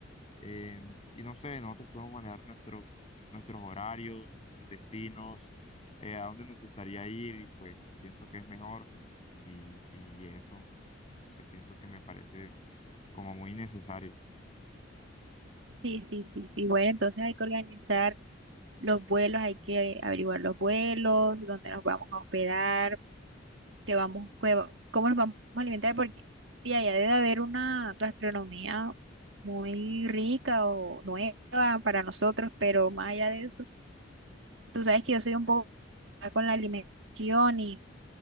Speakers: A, on the left (about 30°); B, on the right (about 80°).
A: eh, y no sé, nosotros podemos manejar nuestros nuestros horarios, nuestros destinos, eh, a dónde nos gustaría ir y pues pienso que es mejor y, y eso, no sé, pienso que me parece como muy necesario.
B: Sí, sí, sí, sí. Bueno, entonces hay que organizar los vuelos, hay que averiguar los vuelos, dónde nos vamos a hospedar que vamos, que va- cómo nos vamos a alimentar, porque sí, allá debe haber una gastronomía muy rica o nueva para nosotros, pero más allá de eso, tú sabes que yo soy un poco complicada con la alimentación y,